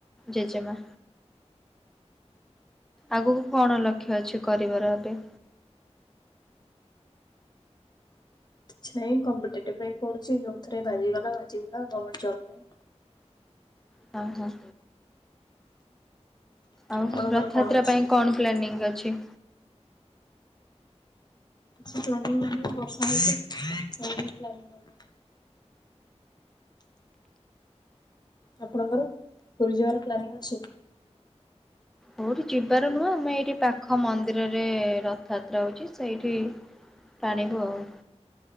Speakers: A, in the centre; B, on the left.
A: ଜେଜେମା। ଆଗକୁ କଣ ଲକ୍ଷ୍ୟ ଅଛି କରିବାର ଏବେ?
B: କିଛି ନାଇଁ କମ୍ପିଟେଟିଭ ପାଇଁ ପଢୁଛି ଯୋଉଥିରେ ବାଜି ଗଲା ବାଜି ଗଲା ଗମେଣ୍ଟ ଜବ୍ ପାଇଁ।
A: ହଁ-ହଁ। ଆଉ
B: ଆପଣଙ୍କର
A: ରଥଯାତ୍ରା
B: କଣ ଅଛି?
A: ପାଇଁ କଣ ପ୍ଲାନିଂ ଅଛି?
B: କିଛି ପ୍ଲାନିଂ ନାହିଁ ବର୍ଷା ହଉଚି ଛାଡ଼ିଲେ ପ୍ଳାନିଂ ହବ। ଆପଣଙ୍କର ପୁରୀ ଯିବାର ପ୍ଲାନିଂ ଅଛି?
A: କୋଉଠି ଯିବାର ନୁହଁ ଆମେ ଏଇଠି ପାଖ ମନ୍ଦିରରେ ରଥଯାତ୍ରା ହଉଚି ସେଇଠି ଟାଣିବୁ ଆଉ।